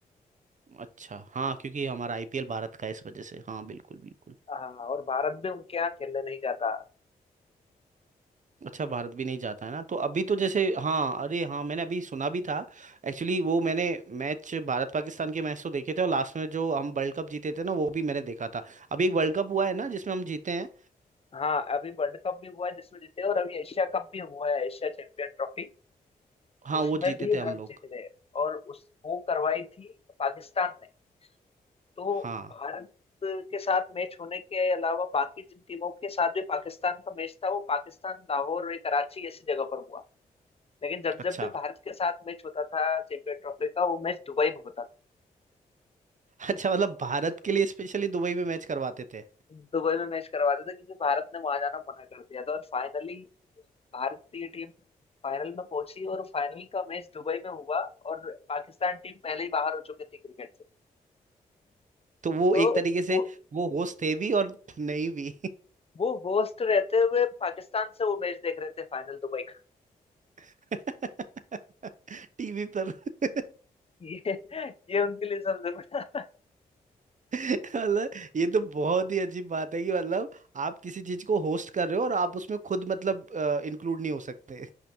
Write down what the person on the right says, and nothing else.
अच्छा हाँ क्योंकि हमारा आईपीएल भारत का है इस वजह से हाँ बिल्कुल बिल्कुल
अच्छा भारत भी नहीं जाता है ना तो अभी तो जैसे हाँ अरे हाँ मैंने अभी सुना भी था एक्चुअली वो मैंने मैच भारत पाकिस्तान के मैच तो देखे थे और लास्ट में जो हम वर्ल्ड कप जीते थे ना वो भी मैंने देखा था अभी एक वर्ल्ड कप हुआ है ना जिसमें हम जीते हैं
हाँ
वो जीते
थे
हम लोग
हाँ
अच्छा
अच्छा मतलब भारत के लिए स्पेशली दुबई में मैच करवाते थे
तो वो
एक तरीके से
वो होस्ट थे भी और नहीं भी
<laughs> टीवी पर <laughs>
मतलब ये तो बहुत ही अजीब बात है कि मतलब आप किसी चीज को होस्ट कर रहे हो और आप उसमें खुद मतलब इंक्लूड नहीं हो सकते